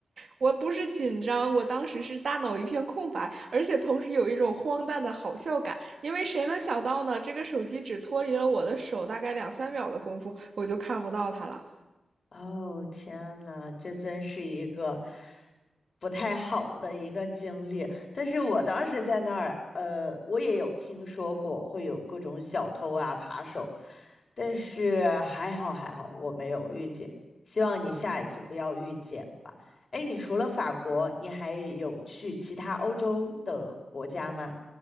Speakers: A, on the right; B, on the left.
A: 我不是紧张，我当时是大脑一片空白，而且同时有一种荒诞的好笑感，因为谁能想到呢？这个手机只脱离了我的手大概两三秒的功夫，我就看不到它了。
B: 哦，天呐，这真是一个不太好的一个经历。但是我当时在那儿，呃，我也有听说过会有各种小偷啊、扒手，但是还好还好，我没有遇见。希望你下一次不要遇见吧。哎，你除了法国，你还有去其他欧洲的国家吗？